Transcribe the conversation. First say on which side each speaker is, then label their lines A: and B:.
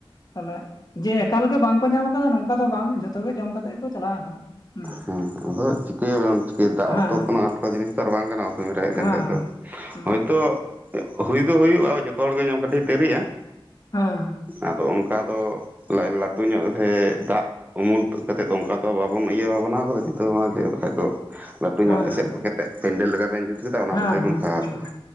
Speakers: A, on the left; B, on the right.
A: ᱛᱟᱦᱚᱞᱮ ᱡᱮ ᱮᱠᱟᱞᱜᱮ ᱵᱟᱝᱠᱚ ᱧᱟᱢ ᱟᱠᱟᱫᱟ ᱱᱚᱝᱠᱟ ᱫᱚ ᱵᱟᱝ ᱡᱷᱚᱛᱚ ᱜᱮ ᱡᱚᱢ ᱠᱟᱛᱮ ᱜᱮᱠᱚ ᱪᱟᱞᱟᱣ ᱟᱠᱟᱱᱟ ᱾ ᱦᱩᱸ ᱾
B: ᱦᱮᱸ ᱟᱫᱚ ᱪᱤᱠᱟᱹᱭᱟᱵᱱ ᱪᱤᱭᱟ ᱫᱟᱜ
A: ᱦᱮᱸ
B: ᱦᱚᱸᱠᱳᱱᱚ ᱟᱴᱠ ᱡᱤᱱᱤᱥ ᱛᱚ ᱵᱟᱝ ᱠᱟᱱᱟ ᱚᱥᱚᱢᱚᱭ ᱨᱮ ᱦᱮᱡ ᱞᱮᱱᱠᱷᱟᱱᱡ
A: ᱦᱮᱸ
B: ᱫᱚ ᱾
A: ᱦᱮᱸ
B: ᱦᱳᱭᱛᱚ ᱦᱩᱭ ᱫᱚ ᱦᱩᱭᱩᱜᱼᱟ ᱡᱚᱛᱚ ᱦᱚᱲᱜᱮ ᱠᱟᱹᱴᱤᱡ ᱫᱮᱨᱤᱜᱼᱟ ᱾
A: ᱦᱮᱸ ᱾
B: ᱟᱫᱚ ᱚᱱᱠᱟ ᱫᱚ ᱞᱟ ᱞᱟᱹᱴᱩ ᱧᱚᱜ ᱥᱮ ᱫᱟᱜ ᱾ ᱩᱢᱩᱞ ᱛᱩᱜ ᱠᱟᱛᱮᱜ ᱫᱚ ᱚᱱᱠᱟ ᱛᱚ ᱵᱟᱵᱚᱱ ᱤᱭᱟᱹᱵᱷᱟᱰᱚᱱᱟᱣ ᱠᱟᱫᱟ ᱪᱤᱱᱟᱹ ᱵᱷᱟᱱᱟ ᱡ ᱵᱟᱠᱷᱟ ᱫᱚ ᱾ ᱞᱟᱹᱴᱩ
A: ᱦᱮᱸ
B: ᱧᱚᱜ ᱮᱥᱮᱫ ᱠᱚ ᱠᱟᱛᱮᱮᱫ ᱯᱮᱱᱰᱮᱞ ᱞᱟᱜᱟ ᱵᱮᱱ ᱡᱩᱛ᱾ ᱛᱩ ᱠᱮᱫᱟ ᱚᱱᱟ
A: ᱦᱮᱸ
B: ᱵᱷᱤᱛᱤᱨ ᱵᱚᱱ ᱠᱷᱟᱣᱟᱣ
A: ᱦᱮᱸ
B: ᱠᱚᱣᱟ